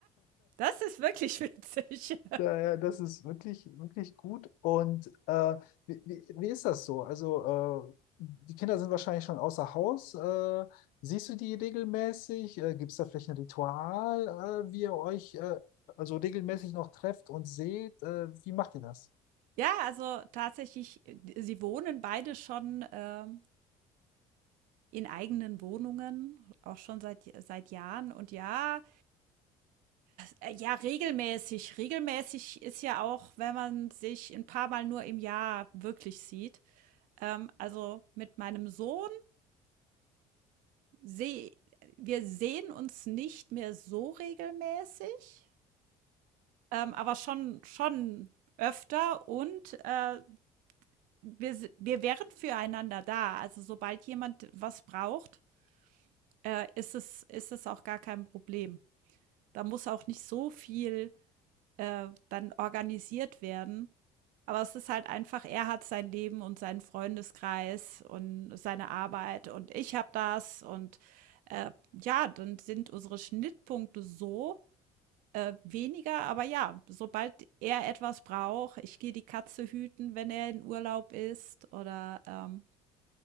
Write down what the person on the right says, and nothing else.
Das ist wirklich <laughs> witzig.
Ja, also tatsächlich, äh, sie wohnen beide schon, ähm, in eigenen Wohnungen, auch schon seit seit Jahren. Und ja, äh, ja, regelmäßig. Regelmäßig ist ja auch, wenn man sich ein paar Mal nur im Jahr wirklich sieht. Ähm, also, mit meinem Sohn sehe wir sehen uns nicht mehr so regelmäßig. ähm, aber schon, schon öfter und äh, wir, s- wir wären füreinander da. Also sobald jemand was braucht, äh, ist es, ist es auch gar kein Problem. Da muss auch nicht so viel äh, dann organisiert werden. Aber es ist halt einfach, er hat sein Leben und seinen Freundeskreis und seine Arbeit und ich habe das. Und äh, ja, dann sind unsere Schnittpunkte so, äh, weniger, aber ja, sobald er etwas braucht, ich gehe die Katze hüten, wenn er in Urlaub ist oder, ähm,